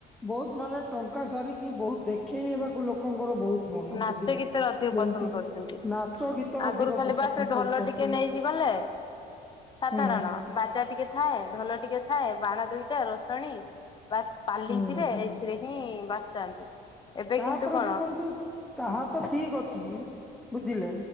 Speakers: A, in the centre; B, on the left (about 30°).
A: ବହୁତ ମାନେ ଟଙ୍କା ସାରିକି ବହୁତ ଦେଖେଇ ହେବାକୁ ଲୋକଙ୍କର ବହୁତ ମନ
B: ନାଚ
A: ବୁଝିଲେ
B: ଗୀତରେ ଅଧିକ
A: ଯେମିତି
B: ପସନ୍ଦ କରୁଛନ୍ତି
A: କି ନାଚ ଗୀତ
B: ଆଗରୁ
A: ଅଧିକ
B: ଖାଲି
A: ପସନ୍ଦ
B: ବା ସେ ଢୋଲ
A: କରୁଛନ୍ତି।
B: ଟିକେ ନେଇକି ଗଲେ ସାଧାରଣ
A: ହୁଁ
B: ବାଜା ଟିକେ ଥାଏ ଢୋଲ ଟିକେ ଥାଏ ବାଣ ଦୁଇଟା ରୋସଣୀ ବାସ୍ ପାଲିଙ୍କି
A: ହୁଁ ହୁଁ
B: ରେ ସେଥିରେ ହିଁ। <unintelligible> ଏବେ
A: ତାପରେ
B: କିନ୍ତୁ କଣ
A: ଦେଖନ୍ତୁ ତାହା
B: ହୁଁ
A: ତ ଠିକ୍ ଅଛି ବୁଝିଲେ